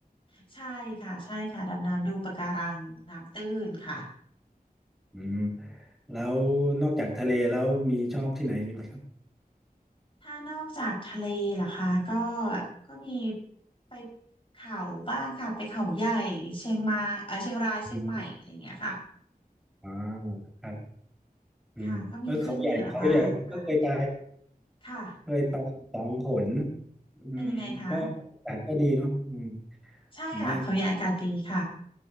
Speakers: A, on the left; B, in the centre.
A: ๆใช่ค่ะใช่ค่ะดำน้ำดูปะการังน้ำตื้นค่ะ
B: อืมแล้วนอกจากทะเลแล้วมีชอบที่ไหนอีกไหมครับ
A: ถ้านอกจากทะเลล่ะคะก็ก็มีไปเขาบ้างค่ะไปเขาใหญ่เชียงมาเออเชียงรายเชียงใหม่อะไรอย่างเงี้ยค่ะ
B: อมอ่าครับอืมเออเขาใหญ่เขาใหญ่ผมก็เคยไป
A: ค่ะก็มีขึ้นเหนือบ้างค่ะค่ะ
B: เคยไปสองหนอืมก็อากาศก็ดีเนาะอืม
A: เป็นยังไงคะ ใช่ค่ะเขาใหญ่อากาศดีค่ะ
B: ผมว่า